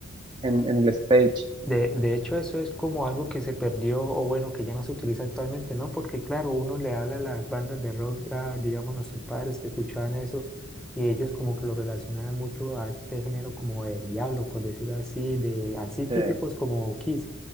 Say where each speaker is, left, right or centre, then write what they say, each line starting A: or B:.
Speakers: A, on the right (about 20°); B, in the centre.
A: en en el stage.
B: De, de hecho, eso es como algo que se perdió o bueno, que ya no se utiliza actualmente, ¿no? Porque claro, uno le habla a las bandas de rock, a, digamos, a sus padres que escuchaban eso y ellos como que lo relacionaban mucho a este género como el diablo, por decirlo así, de así típicos
A: Sí,
B: como Kiss,